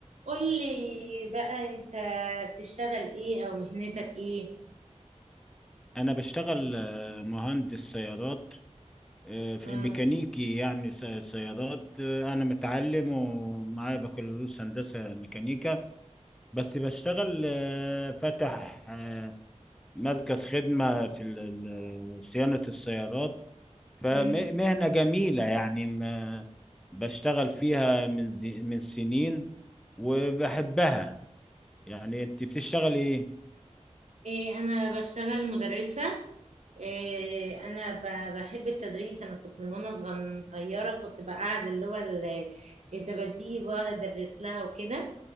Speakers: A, on the right; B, in the centre.
A: قولي بقى انت بتشتغل ايه او مهنتك ايه
B: انا بشتغل آه، مهندس سيارات آه، في
A: اه
B: ميكانيكي يعني س- سيارات آه، انا متعلم ومعايا بكالوريوس هندسة ميكانيكا بس بشتغل آه، فاتح آه، مركز خدمة في ال- ال- صيانة السيارات فمهنة
A: مم.
B: جميلة يعني ما- بشتغل فيها من زي- من سنين وبحبها يعني انت بتشتغل ايه
A: إيه انا بشتغل مدرسة إيه انا ب- بحب التدريس انا كنت من وانا صغيرة كنت بقعد اللي هو ال- الدباديب واقعد ادرس لها وكده